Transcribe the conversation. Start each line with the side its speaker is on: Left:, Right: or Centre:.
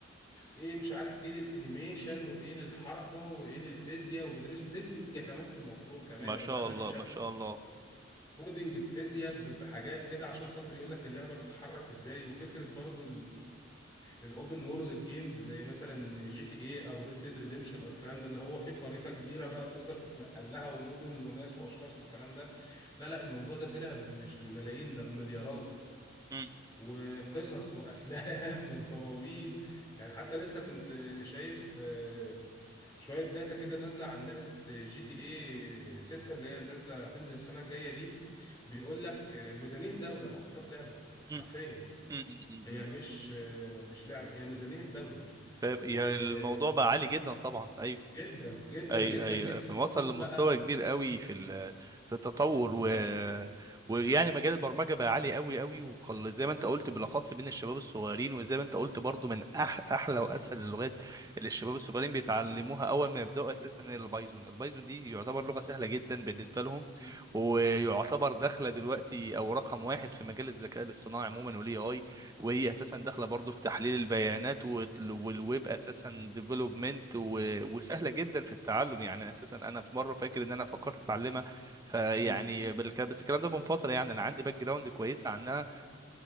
Left: ايه مش عارف ايه للانيميشن وايه للحركة وايه للفيزياء وبيدرسوا فيزياء كمان في الموضوع كمان
Right: ما
Left: يعني
Right: شاء
Left: اللي انا
Right: الله
Left: اكتشفته
Right: ما شاء الله
Left: كودينج بفيزياء ب- بحاجات كده عشان خاطر يقول لك اللعبة تتحرك ازاي وفكرة برضو الاوبن وورلد جيمز زي مثلا جي تي اي او ريد ديد ريديمشن او الكلام ده اللي هو فيه خريطه كبيره بقى بتقدر تتنقل لها ومدن وناس واشخاص والكلام ده لا لا الموضوع ده طلع مش بملايين ده بمليارات
Right: مم،
Left: وقصص وافلام <laughs> ومواويل يعني حتى لسه كنت شايف آه، شويه داتا كده نازله عن لعبه جي تي اي 6 اللي هي نازله هتنزل السنه الجايه دي بيقول لك آه، ميزانيه دوله محطوطه في لعبه حرفيا
Right: مم، مم، مم،
Left: هي
Right: مم.
Left: مش آه، مش لعبه هي ميزانيه دوله
Right: فاهم؟
Left: وجدا
Right: يا- الموضوع بقى عالي جدا طبعا ايوه
Left: جدا
Right: ايوه
Left: جدا
Right: ايوه
Left: جدا
Right: أيوه. وصل
Left: فوق
Right: لمستوى
Left: بقى من-
Right: كبير قوي في ال- في التطور
Left: بالظبط
Right: و... ويعني مجال البرمجه بقى عالي قوي قوي وخل... زي ما انت قلت بالاخص بين الشباب الصغيرين وزي ما انت قلت برضو من أح... احلى واسهل اللغات اللي الشباب الصغيرين بيتعلموها اول ما يبداوا اساسا هي البايثون البايثون دي يعتبر لغه سهله جدا بالنسبه لهم
Left: م-
Right: ويعتبر
Left: م-
Right: داخله دلوقتي او رقم واحد في مجال الذكاء الاصطناعي عموما والاي اي وهي اساسا داخله برضو في تحليل البيانات وال- والويب اساسا ديفلوبمنت وسهله جدا في التعلم يعني اساسا انا في مره فاكر ان انا فكرت اتعلمها فيعني
Left: م-
Right: بالك- بس الكلام ده من فتره يعني انا عندي باك جراوند كويسه عنها